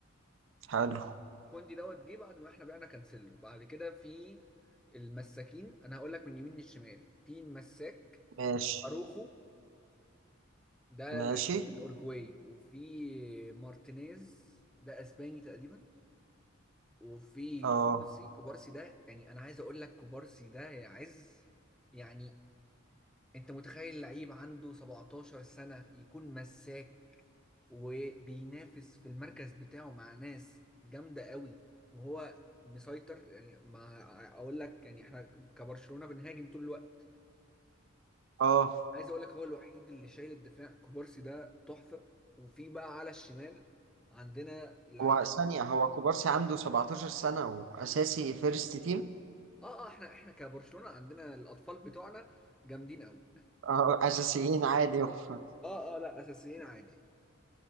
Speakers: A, on the right; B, in the centre.
A: حلو
B: كوندي دوت جه بعد ما احنا بعنا كانسيلو بعد كده في المساكين انا هقول لك من يمين للشمال في المساك
A: ماشي
B: اروخو ده
A: ماشي
B: لعيب من اورجواي وفي مارتينيز ده اسباني تقريبا وفي
A: اه
B: كوبارسي كوبارسي ده يعني انا عايز اقول لك كوبارسي ده يا عز يعني انت متخيل لعيب عنده 17 سنة يكون مساك وبينافس في المركز بتاعه مع ناس جامدة قوي وهو مسيطر يعني ما اقول لك يعني احنا كبرشلونة بنهاجم طول الوقت
A: اه
B: عايز اقول لك هو الوحيد اللي شايل الدفاع كوبارسي ده تحفه وفي بقى على الشمال عندنا لعيب
A: هو ثانية هو كوبارسي عنده 17 سنة وأساسي فيرست تيم
B: اه اه احنا احنا كبرشلونه عندنا الاطفال بتوعنا جامدين قوي
A: اه أساسيين عادي <laughs>
B: اه اه لا اساسيين عادي